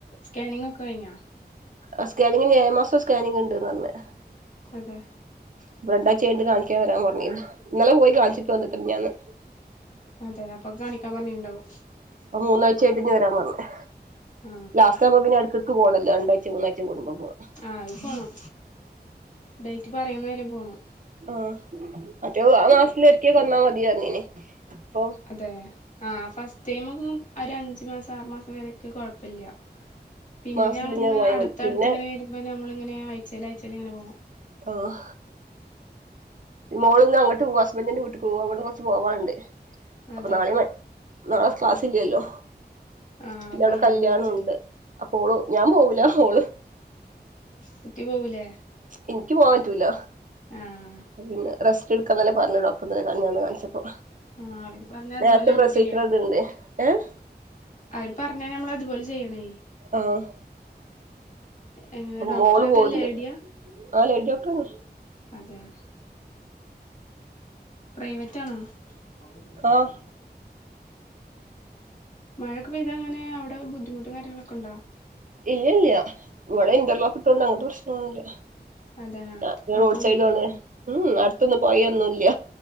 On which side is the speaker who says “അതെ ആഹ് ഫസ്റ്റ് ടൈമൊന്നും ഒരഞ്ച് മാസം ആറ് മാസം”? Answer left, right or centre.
Left